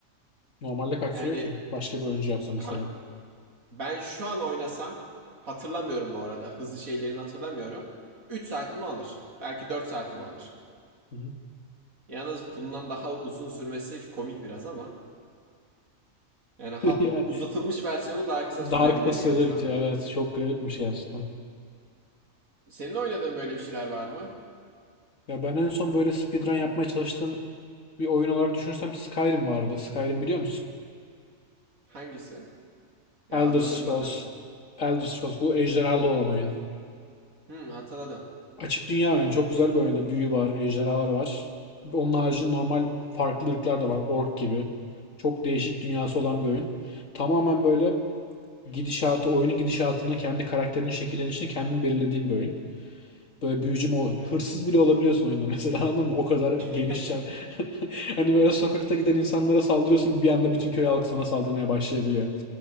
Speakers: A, on the left; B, on the right.
A: Normalde kaç
B: Yani
A: sürüyor ki? Başka bir oyuncu yapsa mesela.
B: kanka ben şu an oynasam hatırlamıyorum bu arada. Hızlı şeylerini hatırlamıyorum. 3 saatimi alır. Belki 4 saatimi alır.
A: Hı hı.
B: Yalnız bundan daha uzun sürmesi komik biraz ama yani ha-
A: <laughs> Yani
B: uzatılmış versiyonu daha kısa sürebilir
A: Dark da sırada
B: yani şu
A: bitiyor.
B: anda.
A: Evet, çok garipmiş gerçekten.
B: Senin oynadığın böyle bir şeyler var mı?
A: Ya ben en son böyle speedrun yapmaya çalıştığım bir oyun olarak düşünürsem Skyrim vardı. Skyrim biliyor musun?
B: Hangisi? Ya
A: Elder
B: adını
A: Scrolls.
B: hatırlamıyorum.
A: Elder Scrolls bu ejderhalı olan oyun.
B: Hmm, hatırladım.
A: Açık dünya oyunu. Çok güzel bir oyunda büyü var, ejderhalar var. Onun haricinde normal farklı ırklar da var. Ork gibi. Çok değişik dünyası olan bir oyun. Tamamen böyle gidişatı, oyunun gidişatını, kendi karakterinin şekillenişini kendin belirlediğin bir oyun. Böyle büyücü mü ol- hırsız bile olabiliyorsun oyunda mesela <laughs> anladın mı? O kadar geniş
B: <laughs>
A: çap. <laughs> Hani böyle sokakta giden insanlara saldırıyorsun bir anda bütün köy halkı sana saldırmaya başlayabiliyor.